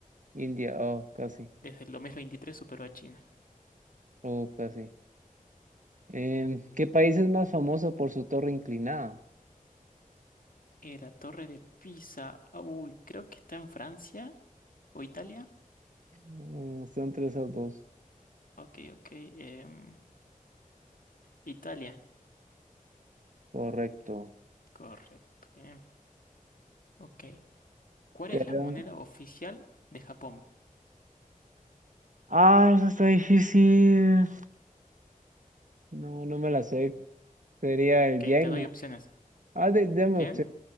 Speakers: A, on the right; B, on the left.
A: India. Oh, casi.
B: Desde el 2023 superó a China.
A: Oh, casi. Em, ¿qué país es más famoso por su torre inclinada?
B: Eh, la Torre de Pisa. ah, Uy, creo que está en Francia o Italia.
A: Mm, son tres a dos.
B: Ok, ok. em, Italia.
A: Correcto.
B: Correcto. Bien. Ok. ¿Cuál
A: Teherán.
B: es la moneda oficial de Japón?
A: Ah, eso está difícil. No, no me la sé. Sería el
B: Ok,
A: yen,
B: te doy
A: ¿no?
B: opciones.
A: Ah, de, deme
B: ¿Yen?
A: opción.